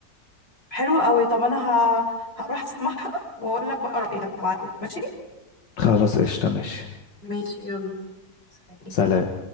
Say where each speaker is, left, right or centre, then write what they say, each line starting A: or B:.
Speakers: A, on the left; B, on the left.
A: حلوه قوي طب انا ه... هروح اسمعها واقول لك بقى رايي هبعت لك ماشي
B: خلاص قشطة ماشي
A: ماشي يلا سلام.
B: سلام